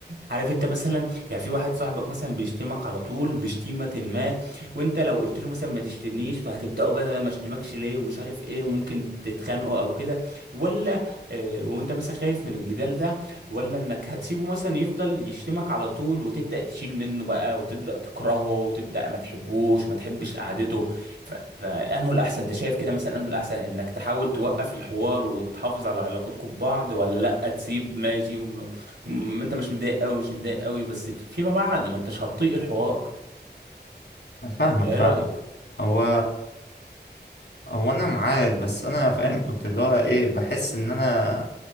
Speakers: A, on the right; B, on the left.
A: عارف انت مثلا يعني في واحد صاحبك مثلا بيشتمك على طول بشتيمة ما وانت لو قلت له مثلا ما تشتمنيش فهتبدأوا بدل ما اشتمكش ليه ومش عارف ايه وممكن تتخانقوا او كده ولا آه، وانت مثلا خايف من الجدال ده ولا انك هتسيبه مثلا يفضل يشتمك على طول وتبدأ تشيل منه بقى وتبدأ تكرهه وتبدأ ما تحبوش ما تحبش قعدته ف... فانه الاحسن انت شايف كده مثلا انه الاحسن انك تحاول توقف الحوار وتحافظ على علاقتكم ببعض ولا لا تسيب ماشي وم... وم... انت مش متضايق قوي مش متضايق قوي بس فيما بعد ما انتش هتطيق الحوار
B: فاهمك
A: ولا
B: فاهمك
A: ايه رأيك
B: هو هو أنا معاك بس أنا فاهم كنت اللي هو إيه بحس إن أنا